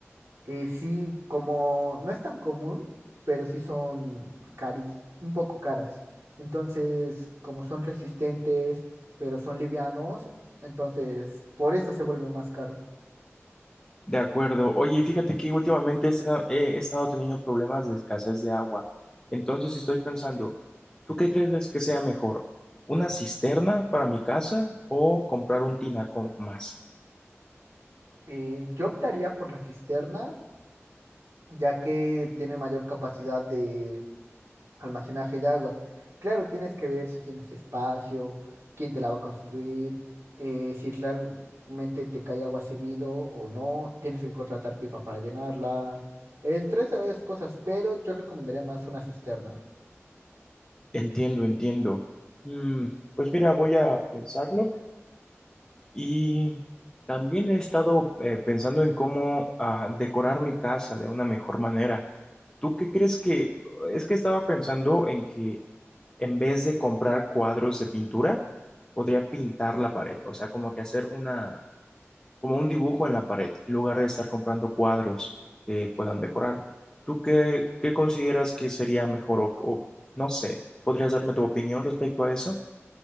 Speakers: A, on the right; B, on the left.
A: Eh, sí, como no es tan común, pero sí son cari un poco caras. Entonces, como son resistentes, pero son livianos, entonces por eso se vuelve más caro.
B: De acuerdo. Oye, y fíjate que últimamente he estado he estado teniendo problemas de escasez de agua. Entonces estoy pensando, ¿tú qué crees que sea mejor? ¿Una cisterna para mi casa o comprar un tinaco más?
A: Eh, yo optaría por la cisterna, ya que tiene mayor capacidad de almacenaje de agua. Claro, tienes que ver si tienes espacio, quién te la va a construir, eh, si realmente te cae agua seguido o no, tienes que contratar pipa para llenarla, entre esas cosas, pero yo recomendaría más una cisterna.
B: Entiendo, entiendo. Mm, pues mira, voy a pensarlo. Y también he estado eh, pensando en cómo ah, decorar mi casa de una mejor manera. ¿Tú qué crees que... Es que estaba pensando en que en vez de comprar cuadros de pintura, podría pintar la pared. O sea, como que hacer una... como un dibujo en la pared, en lugar de estar comprando cuadros que puedan decorar. ¿Tú qué, qué consideras que sería mejor o, o no sé? ¿Podrías darme tu opinión respecto a eso?